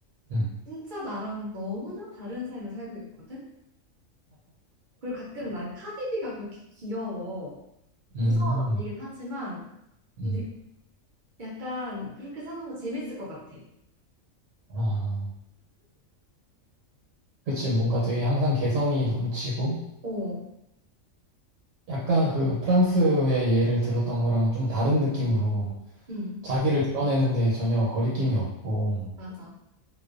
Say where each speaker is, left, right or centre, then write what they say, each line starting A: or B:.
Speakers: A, on the right; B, on the right.
A: 음,
B: 진짜 나랑 너무나 다른 삶을 살고 있거든? 그리고 가끔 난 카디비가 그렇게 귀여워. 무서운
A: 음,
B: 언니긴 하지만,
A: 음.
B: 근데 약간 그렇게 사는 거 재밌을 것 같아.
A: 아, 그치 뭔가 되게 항상 개성이 넘치고
B: 어,
A: 약간 그 프랑스의 예를 들었던 거랑은 좀 다른 느낌으로
B: 응,
A: 자기를 드러내는데 전혀 거리낌이 없고
B: 맞아.